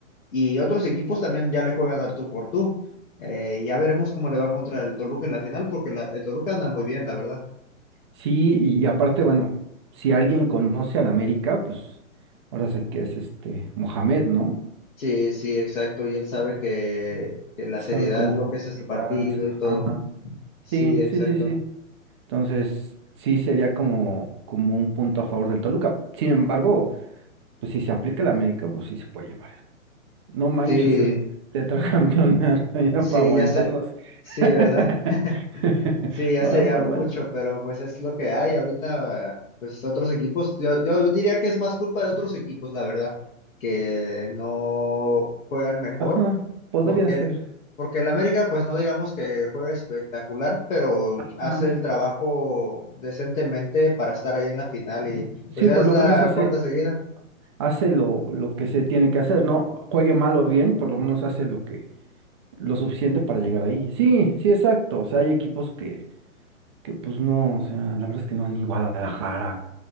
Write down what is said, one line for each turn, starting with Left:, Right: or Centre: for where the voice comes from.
Left: y otros equipos también ya le juegan al tú por tú. Eh, y ya veremos cómo le va contra el Toluca en la final, porque la- el Toluca anda muy bien, la verdad.
Right: Sí, y y aparte, bueno, si alguien conoce al América, pues ahora sé que es este Mohamed, ¿no?
Left: Sí, sí, exacto. Y él sabe que, que la
Right: Sabe
Left: seriedad,
Right: cómo
Left: lo
Right: juega.
Left: que es este partido
Right: Ajá.
Left: y todo. Sí,
Right: Sí,
Left: exacto.
Right: sí, sí, sí. Entonces, sí sería como, como un punto a favor del Toluca. Sin embargo, pues si se aplica el América, pues sí se puede llevar. No manches
Left: Sí,
Right: el tetracampeonato, <laughs> ya no
Left: sí,
Right: para aguantarlos.
Left: ya sé, sí,
Right: <laughs>
Left: ¿verdad? <laughs> Sí, ya
Right: Ahora
Left: sería
Right: para
Left: mucho,
Right: aguantar.
Left: pero pues es lo que hay ahorita, eh, pues otros equipos, yo, yo diría que es más culpa de otros equipos, la verdad, que no juegan mejor,
Right: Ajá, podría
Left: porque,
Right: ser.
Left: porque el América, pues no digamos que juega espectacular, pero hace
Right: Ajá.
Left: el trabajo decentemente para estar ahí en la final y
Right: Sí,
Left: pues ya
Right: por
Left: es
Right: lo
Left: la
Right: menos hace,
Left: cuarta seguida.
Right: hace lo, lo que se tiene que hacer, ¿no? Juegue mal o bien, por lo menos hace lo que, lo suficiente para llegar ahí. Sí, sí, exacto. O sea, hay equipos que, que pues no, o sea, la verdad es que no, ni Guadalajara.